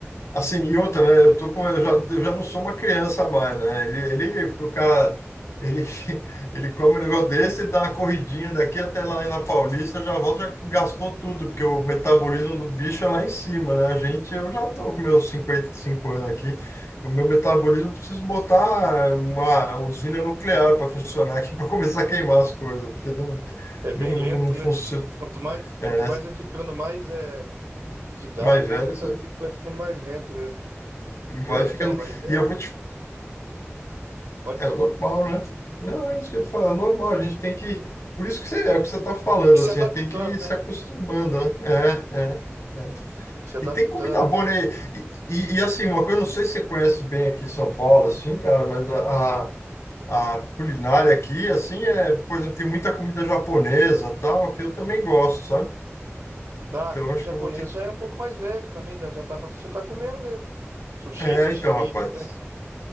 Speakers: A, on the left; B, on the right.
A: Assim, e outra, né? Eu tô com, eu já, eu já não sou uma criança mais, né? Ele, ele, o cara, ele, <laughs> ele come um negócio desse, dá uma corridinha daqui até lá na Paulista, já volta, já gastou tudo, porque o metabolismo do bicho é lá em cima, né? A gente, eu já tô com meus 55 anos aqui, o meu metabolismo, eu preciso botar uma usina nuclear para funcionar aqui, <laughs> para começar a queimar as coisas, porque não,
B: É bem
A: não, não,
B: lento,
A: não
B: né?
A: funciona.
B: Quanto mais,
A: É,
B: quanto mais é ficando mais é, de idade,
A: mais velho,
B: o metabolismo
A: você
B: vai ficando mais lento mesmo.
A: vai
B: É,
A: ficando.
B: então, mas é.
A: E eu vou te
B: Pode
A: É
B: dizer.
A: normal, né? Não, é isso que eu tô falando, é normal, a gente tem que. Por isso que você, é o que você está falando,
B: Se
A: assim,
B: adaptando,
A: tem que ir
B: né?
A: se acostumando, né? É, é, é.
B: se adaptando
A: E tem comida
B: ali.
A: boa, né? E, e, e, assim, uma coisa, não sei se você conhece bem aqui em São Paulo, assim, cara, mas a, a a culinária aqui, assim, é, por exemplo, tem muita comida japonesa, tal, que eu também gosto, sabe?
B: Ah,
A: Então,
B: a comida
A: acho
B: japonesa
A: que eu vou ter.
B: já é um pouco mais leve também, já já tá pra você tá comendo mesmo. Sushi,
A: É,
B: sashimi,
A: então, rapaz.
B: né?